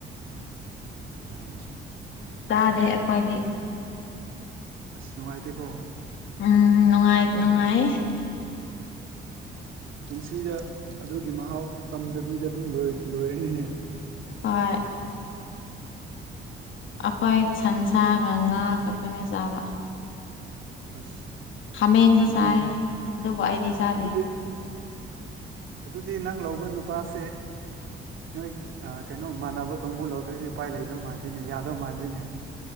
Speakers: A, on the right; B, on the left.
A: ꯑꯗꯨ
B: ꯇꯥꯗꯦ ꯑꯩꯈꯣꯏꯗꯤ
A: ꯑꯁ ꯅꯨꯡꯉꯥꯏꯇꯦꯀꯣ
B: ꯎꯝ ꯅꯨꯡꯉꯥꯏ ꯅꯨꯡꯉꯥꯏ
A: ꯄꯨꯟꯁꯤꯗ ꯑꯗꯨꯒꯤ ꯃꯍꯥꯎ ꯇꯝꯗꯕꯤꯗ ꯑꯗꯨꯝ ꯂꯣꯏꯔꯅꯤꯅꯦ
B: ꯍꯣꯏ ꯑꯩꯈꯣꯏ ꯁꯟꯁꯥꯒ ꯉꯥ ꯈꯛꯀꯅꯦ ꯆꯥꯕ
A: ꯑꯁ
B: ꯍꯥꯃꯦꯡꯁꯨ
A: ꯑꯗꯨꯗꯤ
B: ꯆꯥꯏ ꯑꯗꯨꯕꯨ ꯑꯩꯗꯤ ꯆꯥꯗꯦ
A: ꯑꯗꯨꯗꯤ ꯑꯗꯨꯗꯤ ꯅꯪ ꯂꯧꯕ ꯅꯨꯄꯥꯁꯦ ꯅꯣꯏ ꯀꯩꯅꯣ ꯃꯥꯟꯅꯕ ꯀꯥꯡꯕꯨ ꯂꯧꯗ꯭ꯔꯗꯤ ꯎꯄꯥꯏ ꯂꯩꯗꯧ ꯃꯥꯟꯗꯦꯅꯦ ꯌꯥꯗꯧ ꯃꯥꯟꯗꯦꯅꯦ